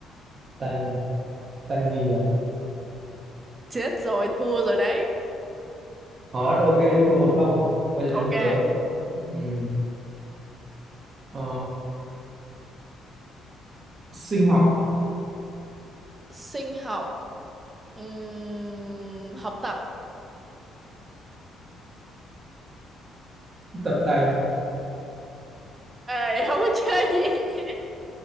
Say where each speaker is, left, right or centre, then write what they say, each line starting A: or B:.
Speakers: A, on the right; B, on the right.
A: Tanh tanh gì nhỉ?
B: Chết rồi, thua rồi đấy.
A: Khó, ok, thua một không. Bây giờ đến
B: Ok,
A: lượt tớ. Ừm, ờ, sinh học
B: sinh học. Ừm, học tập.
A: tập tành.
B: Ê, <laughs> không có chơi gì nhỉ